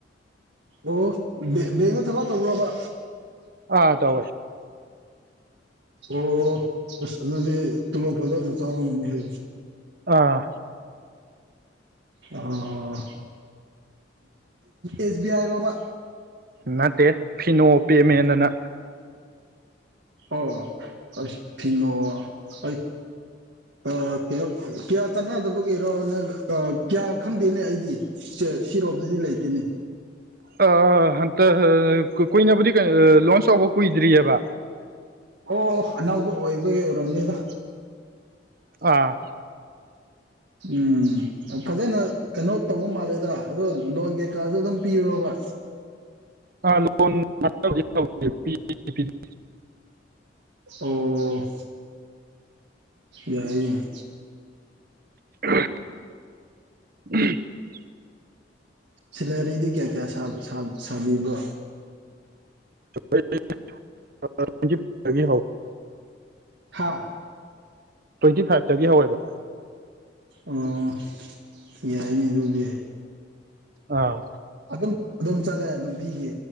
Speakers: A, on the right; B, on the right.
A: ꯑꯣ ꯕꯦꯡ ꯕꯦꯡꯅ ꯊꯕꯛ ꯇꯧꯕ꯭ꯔꯣꯕ
B: ꯑꯥ ꯇꯧꯋꯦ
A: ꯑꯣ ꯑꯁ ꯑꯗꯨꯗꯤ ꯇꯣꯂꯣꯞ ꯐꯖꯟ ꯑꯗꯨꯝ ꯆꯥꯔꯝꯒꯅꯤ ꯍꯦ
B: ꯑꯥ
A: ꯑꯣ ꯑꯦꯁ ꯕꯤ ꯑꯥꯏ ꯔꯕ
B: ꯅꯠꯇꯦ ꯐꯤꯅꯣ ꯄꯦꯃꯦꯟ ꯑꯅ
A: ꯑ ꯑꯁ ꯐꯤꯅꯣ ꯑꯩ ꯑ ꯀꯩꯅꯣ ꯀꯌꯥ ꯆꯠꯅꯗꯕꯒꯤꯔꯣ ꯀꯌꯥ ꯈꯪꯗꯦꯅꯦ ꯑꯩꯗꯤ ꯁꯤꯔꯣꯝꯗꯗꯤ ꯂꯩꯇꯦꯅꯦ
B: ꯑ ꯍꯟꯇꯛ ꯀꯨꯏꯅꯕꯨꯗꯤ ꯀꯣ ꯂꯣꯟꯁ ꯇꯧꯕ ꯀꯨꯏꯗ꯭ꯔꯤꯑꯕ
A: ꯑꯣ ꯑꯣ ꯑꯅꯧꯕ ꯑꯣꯏꯕꯒꯤ ꯑꯣꯏꯔꯝꯅꯤꯗ
B: ꯑꯥ
A: ꯎꯝ ꯐꯖꯅ ꯀꯩꯅꯣ ꯇꯧꯕ ꯃꯥꯜꯂꯦꯗ ꯑꯗꯣ ꯂꯣꯟ ꯀꯩꯀꯥꯁꯨ ꯑꯗꯨꯝ ꯄꯤꯕ꯭ꯔꯣꯕ
B: ꯑꯥ ꯂꯣꯟ <unintelligible> <unintelligible>
A: ꯑꯣ ꯌꯥꯏ ꯌꯥꯏ
B: <unintelligible>
A: ꯁꯦꯂꯔꯤꯗꯤ ꯀꯌꯥ ꯀꯌꯥ ꯁꯥꯕꯤꯕ꯭ꯔꯣ
B: <unintelligible>
A: ꯍꯥꯥ
B: ꯇ꯭ꯋꯦꯟꯇꯤ ꯐꯥꯏꯚꯇꯒꯤ ꯍꯧꯋꯦꯕ
A: ꯑꯣ ꯌꯥꯏꯅꯦ ꯑꯗꯨꯗꯤ
B: ꯑꯥ
A: ꯑꯗꯨꯝ ꯑꯗꯨꯝ ꯆꯠꯂꯦ ꯅꯨꯡꯇꯤꯒꯤ